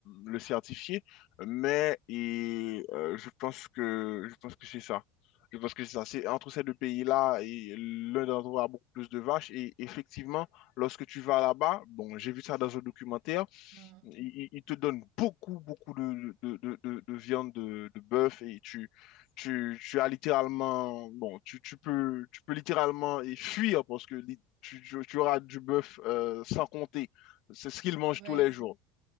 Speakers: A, on the left; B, on the right.
A: le certifier, mais et, euh, je pense que, je pense que c'est ça. Je pense que c'est ça. C'est entre ces deux pays-là, et l'un d'entre eux a beaucoup plus de vaches. Et effectivement, lorsque tu vas là-bas, bon, j'ai vu ça dans un documentaire,
B: Hmm.
A: il, il te donne beaucoup, beaucoup de, de, de, de, de viande de, de bœuf et tu, tu, tu as littéralement, bon, tu, tu peux, tu peux littéralement et fuir parce que li- tu, tu, tu auras du bœuf euh, sans compter. C'est ce qu'ils mangent
B: Ouais,
A: tous les
B: c-
A: jours.